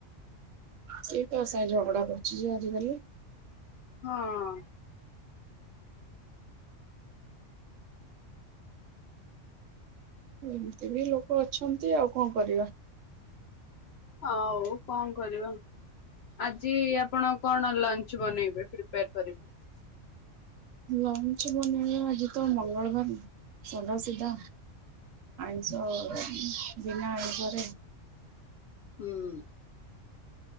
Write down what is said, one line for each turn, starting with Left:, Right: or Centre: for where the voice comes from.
Right: ସିଏ ତୋ ସାଙ୍ଗେ ଝଗଡ଼ା କରୁଚି ଯେ ଆଜିକାଲି।
Left: ହଁ।
Right: ଏମତି ବି ଲୋକ ଅଛନ୍ତି ଆଉ କଁ କରିବା?
Left: ହଉ କଣ କରିବ ଆଜି ଆପଣ କଣ ଲଞ୍ଚ ବନେଇବେ ପ୍ରିପାର କରିବେ?
Right: ଲଞ୍ଚ ବନେଇବା ଆଜି ତ ମଙ୍ଗଳବାର ସାଧା ସିଧା। ଆଇଂଶ ବିନା ଆଇଂଶରେ।
Left: ହୁଁ।